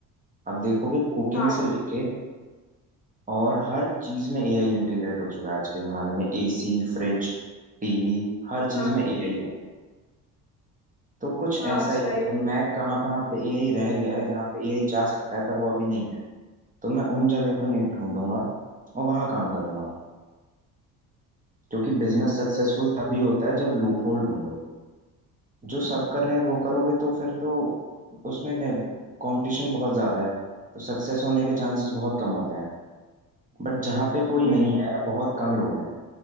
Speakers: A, on the right (about 20°); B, on the left (about 40°).
A: अब आप देखोगे कुकिंग
B: हाँ
A: से लेके और हर चीज में एआई इंटीग्रेट हो चुका है आज के जमाने में एसी फ्रिज टीवी हर चीज
B: हाँ
A: में एआई है तो कुछ
B: हाँ
A: ऐसा
B: सही
A: ही मतलब
B: है।
A: मैं कहाँ कहाँ पे एआई रह गया है जहाँ पे एआई जा सकता है पर वो अभी नहीं है तो मैं उन जगहों को नहीं ढूंढूंगा
B: हम्म,
A: और वहां काम करूंगा क्योंकि बिजनेस सक्सेसफुल
B: ठीक
A: तभी होता है जब लूपहोल ढूंढो जो सब कर रहे हैं वो करोगे तो फिर तो उसमें कंपटीशन बहुत ज्यादा है तो सक्सेस होने के चांसेस बहुत कम होते हैं बट जहाँ पे कोई
B: हम्म
A: नहीं है बहुत कम लोग हैं